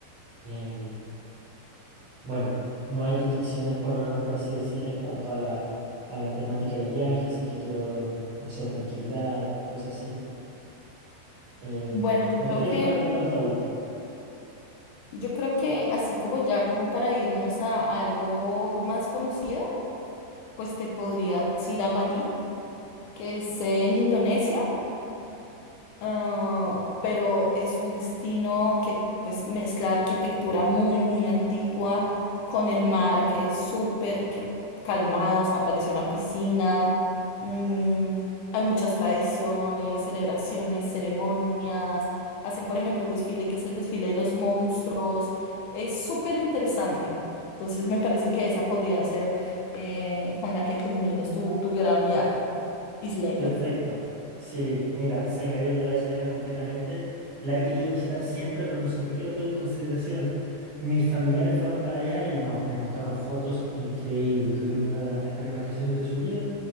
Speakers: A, on the right (about 65°); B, on the left (about 80°).
A: Em, bueno, no hay restricciones, por, por así decir, en cuanto a la, a la temática de viaje, si es que quiero, no sé, tranquilidad, cosas así. Em,
B: Bueno, yo
A: me
B: creo
A: gustaría
B: que,
A: que me recomendaras lo último.
B: yo creo que así como ya, como para irnos a algo más conocido, pues te podrías ir a Bali, que es en Indonesia. Ah, pero es un destino que pues mezcla arquitectura muy, muy antigua con el mar que es súper que calmado, se aparece una piscina, mm, hay muchas tradiciones, celebraciones, ceremonias, hacen por ejemplo un desfile que es el desfile de los monstruos, es súper interesante. Entonces me parece que esa podría ser eh, con la que culmines tu, tu gran viaje isleño.
A: Perfecto. Sí, mira, se me había olvidado esa isla completamente. La he querido visitar siempre, pero no sé por qué lo tuve en consideración. Mis familiares fueron para allá y no, me mostraron fotos increíbles. Tuvieron una de las mejores vacaciones de su vida.